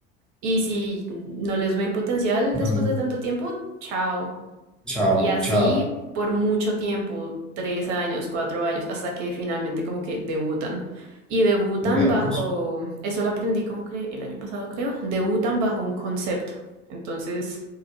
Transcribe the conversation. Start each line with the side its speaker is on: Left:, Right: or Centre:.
Right: y si no les ven potencial después
Centre: No sé.
Right: de tanto tiempo, chao.
Centre: Chao,
Right: Y
Centre: mochado.
Right: así por mucho tiempo, tres años, cuatro años, hasta que finalmente como que debutan. Y debutan
Centre: Vea
Right: bajo,
Centre: pues.
Right: eso lo aprendí como que el año pasado creo, debutan bajo un concepto. Entonces,